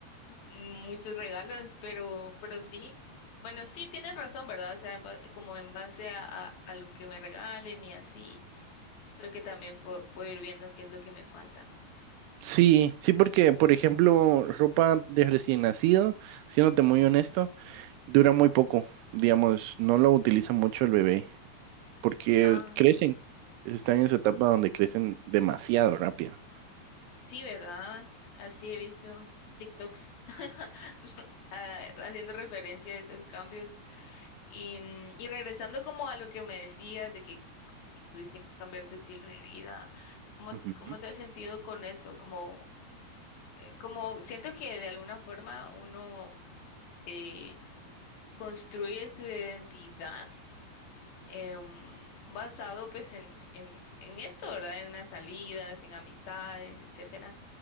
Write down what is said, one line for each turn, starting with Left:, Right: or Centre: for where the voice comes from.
Left: muchos regalos, pero, pero sí. Bueno, sí tienes razón, ¿verdad? O sea, en ba- como en base a, a, a lo que me regalen y así, creo que también puedo, puedo ir viendo qué es lo que me falta, ¿no?
Right: Sí, sí, porque por ejemplo, ropa de recién nacido, siéndote muy honesto, dura muy poco. Digamos, no lo utiliza mucho el bebé, porque
Left: Ah,
Right: crecen, están en su etapa donde crecen demasiado rápido.
Left: sí, ¿verdad? Así he visto TikToks <laughs> ah, haciendo referencia a esos cambios. Y, mm, y regresando como a lo que me decías de que tuviste que cambiar tu estilo de vida, ¿cómo,
Right: Ujú,
Left: cómo te has sentido con eso? Como, eh, como siento que de alguna forma uno eh, construye su identidad em, basado pues en, en, en esto, ¿verdad? En las salidas, en amistades, etcétera.